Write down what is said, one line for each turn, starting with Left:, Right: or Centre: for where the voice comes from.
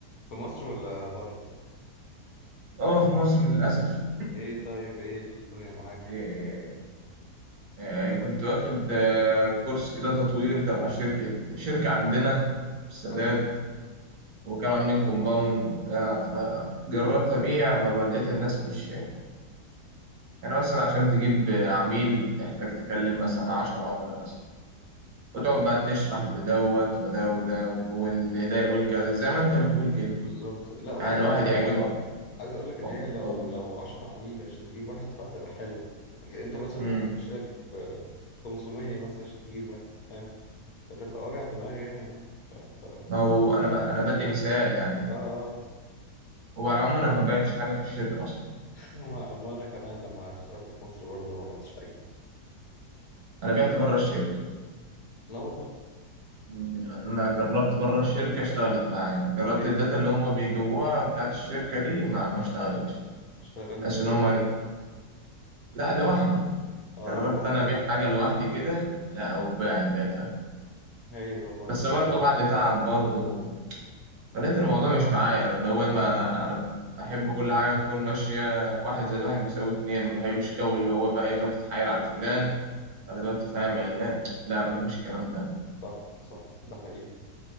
Left: في مصر ولا بره
Right: اه في مصر للاسف <clears throat>
Left: ايه طيب ايه الدنيا معاك
Right: إيه، إيه، كنت واخد آه، كورس كده تطوير تبع شركة شركة عندنا في السادات
Left: حلو
Right: وكانوا عاملين كومباوند وبتاع فجربت
Left: حلو
Right: أبيع ما لقيت الناس مش يعني مثلا عشان تجيب عميل بتحتاج تكلم مثلا عشر عملاء مثلا وتقعد بقى تشرح لدوت وده وده واللي ده يقول كذا زي ما أنت بتقول كده
Left: بالظبط لا وعايز
Right: يعني واحد
Left: اقول لك
Right: اه يعجبه
Left: عايز اقول لك ان
Right: اتفضل.
Left: هي لو لو 10 عميل عشان تجيب واحد فهتبقى حلوه لكن انت مثلا
Right: امم
Left: ممكن تخش لك في 500 مثلا عشان تجيب واحد فتبقى وجع دماغ يعني يا عم ف... ف...
Right: ما هو انا ب... انا
Left: احكيلي.
Right: بدي مثال يعني
Left: اه اه
Right: هو على العموم انا ما بعتش حاجه في الشركه اصلا
Left: <laughs> وما... وانا كمان لما اشتغلت في مصر برضه ما بعتش حاجة
Right: انا بعت
Left: فاهم؟
Right: بره الشركه
Left: لا والله
Right: مم، يعني انا جربت بره الشركه اشتغلت معايا جربت
Left: فين
Right: الداتا اللي هم بيجيبوها بتاعت الشركه دي ما ما اشتغلتش
Left: اشتغلت
Right: بس
Left: فين
Right: ان هم لا لوحدي
Left: اه
Right: جربت
Left: لوحدك
Right: انا ابيع حاجه لوحدي كده لا وباعت بعتها
Left: هايل والله
Right: بس
Left: برافو
Right: برضه
Left: عليك
Right: بعد تعب برضه فلقيت الموضوع مش معايا انا اللي هو ما انا انا بحب كل حاجه تكون ماشيه واحد زائد واحد بيساوي اتنين ما بحبش جو اللي هو بقى ايه تقعد تتحايل على فلان ولا تقعد تفهم علان لا ما فيش الكلام ده
Left: صح صح ده حقيقي